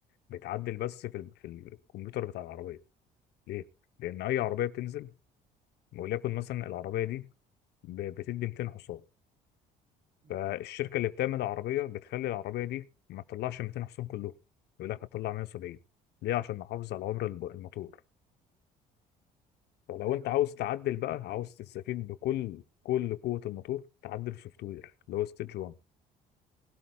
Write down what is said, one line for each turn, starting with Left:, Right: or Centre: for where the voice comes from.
Left: بتعدل بس في ال- في الكمبيوتر بتاع العربيه ليه لان اي عربيه بتنزل وليكن مثلا العربيه دي ب- بتدي 200 حصان
Right: مم.
Left: فالشركة اللي بتعمل العربية بتخلي العربية دي ما تطلعش 200 حصان كلهم يقول لك هتطلع 170 ليه عشان نحافظ على عمر الب- الموتور فلو
Right: ايوه
Left: انت عاوز
Right: ايوه فهمت
Left: تعدل بقى عاوز تستفيد بكل كل قوة الموتور تعدل سوفت وير اللي هو ستيج 1